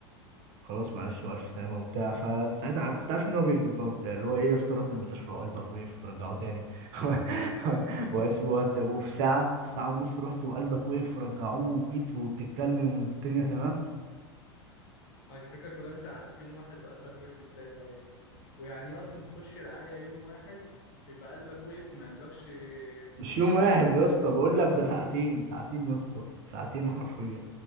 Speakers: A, on the right; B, on the left.
A: خلاص معلش والف سلامه وبتاع فساعتها كنت عارف ان هو بيكذب بقى وبتاع اللي هو ايه يا اسطى رحت المستشفى وقلبك وقف رجعوه تاني <laughs> وأس- وأت- وفي ساعه في ساعه ونص رحت وقلبك وقف ورجعوه وجيت وبتتكلم والدنيا تمام
B: آه، الفكرة كلها إن انت قعدت يوم واحد وقلبك وقف ازاي طيب ويعني ايه اصلا تخش رعاية يوم واحد بيبقى قلبك وقف وما يملكش فحوصات
A: مش يوم واحد
B: ولا
A: يا
B: ياخدوك
A: اسطى بقول
B: دواء
A: لك ده ساعتين ساعتين يا اسطى ساعتين حرفيا